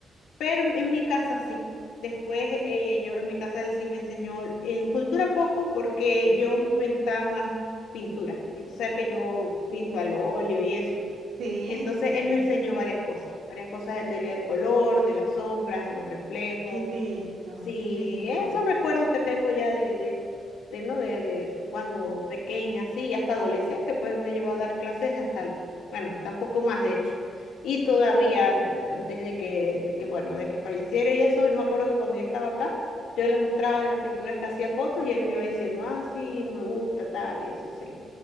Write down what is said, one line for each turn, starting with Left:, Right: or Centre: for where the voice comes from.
Left: Pero en mi casa sí. Después eh, yo en mi casa él sí me enseñó en cultura poco porque yo me gustaba más pintura. Y tú sabes que yo pinto al óleo y eso.
Right: sí,
Left: Entonces
Right: sí, sí.
Left: él me enseñó varias cosas, varias cosas de teoría del color, de las sombras, de los reflejos,
Right: Qué lindo,
Left: Sí,
Right: qué lindo.
Left: esos recuerdos que tengo ya de, de, de, ¿no? De, de cuando pequeña, sí, y hasta adolescente, pues me llevó a dar clases hasta, el- bueno, tampoco más de hecho. Y todavía, an- antes de que, de que, bueno, de que falleciera y eso, yo me acuerdo que cuando yo estaba acá, yo le mostraba de las pinturas que hacía fotos y él me iba diciendo, ah, sí, hija, me gusta, tal, y eso sí.